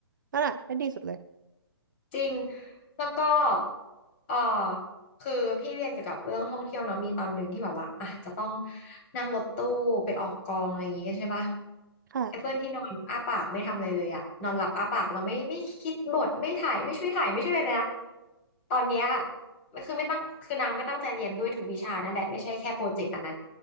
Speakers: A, on the right (about 50°); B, on the left (about 30°).
A: นั่นอะได้ดีสุดเลย
B: จริงแล้วก็เออคือพี่เรียนเกี่ยวกับเรื่องท่องเที่ยวเนาะมีตอนหนึ่งที่แบบว่าอ่ะจะต้องนั่งรถตู้ไปออกกองอะไรอย่างงี้กันใช่ปะ
A: ค่ะ
B: ไอ้เพื่อนที่นอนอ้าปากไม่ทำอะไรเลยอะนอนหลับอ้าปากเราไม่ไม่คิดบทไม่ถ่ายไม่ช่วยถ่ายไม่ช่วยอะไรเลยนะตอนเนี้ยมันคือไม่ตั้งคือนางไม่ตั้งใจเรียนด้วยทุกวิชานั่นแหละไม่ใช่แค่โปรเจกต์อันนั้น